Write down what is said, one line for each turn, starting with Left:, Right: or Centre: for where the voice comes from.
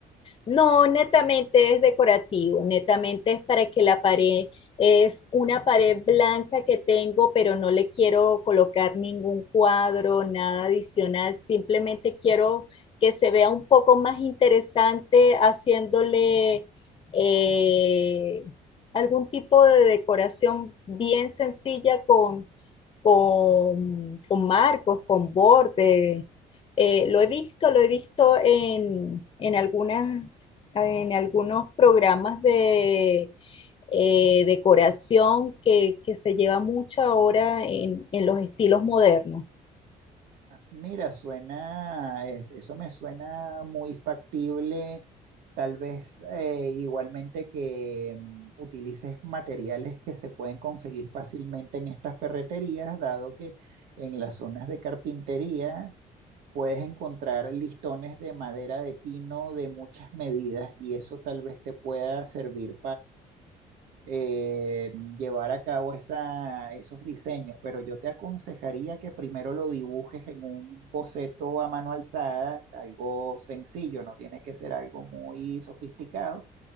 Left: No, netamente es decorativo, netamente es para que la pared es una pared blanca que tengo, pero no le quiero colocar ningún cuadro, nada adicional, simplemente quiero que se vea un poco más interesante haciéndole eh, algún tipo de decoración bien sencilla con, con, con marcos, con bordes. Eh, lo he visto, lo he visto en, en algunas en algunos programas de eh, decoración que, que, se lleva mucho ahora en, en los estilos modernos.
Right: Mira, suena, es- eso me suena muy factible. Tal vez eh, igualmente que mm, utilices materiales que se pueden conseguir fácilmente en estas ferreterías, dado que en las zonas de carpintería puedes encontrar listones de madera de pino de muchas medidas y eso tal vez te pueda servir eh, llevar a cabo esa, esos diseños, pero yo te aconsejaría que primero lo dibujes en un boceto a mano alzada, algo sencillo, no tiene que ser algo muy sofisticado,